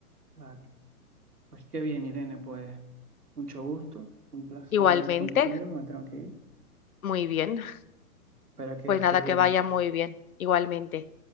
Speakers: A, on the right; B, on the left.
A: claro. Pues qué bien, Irene, pues mucho gusto, un placer
B: Igualmente,
A: hablar contigo, me tengo que ir,
B: muy bien.
A: espero que
B: Pues
A: estés
B: nada,
A: bien.
B: que vaya muy bien. Igualmente.